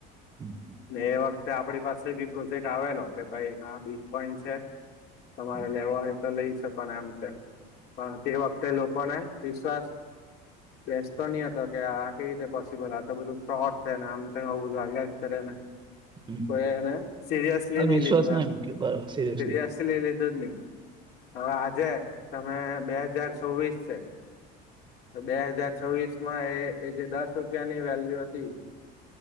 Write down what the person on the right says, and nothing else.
હમ,
હમ,
હમ,
હમ.
આ
વિશ્વાસ
ના
મૂક્યો બરાબર સિરિયસલી